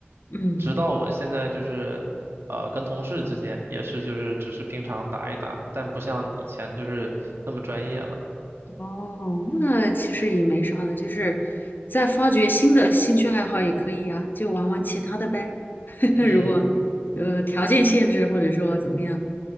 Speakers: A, on the left; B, on the right.
A: 嗯。
B: 直到我现在就是呃跟同事之间也是就是只是平常打一打，但不像以前就是那么专业了。
A: 哦，那其实也没啥的，就是再发掘新的兴趣爱好也可以呀、就玩玩其他的呗。<laughs>
B: 嗯，
A: 如果呃条件限制或者说怎么样，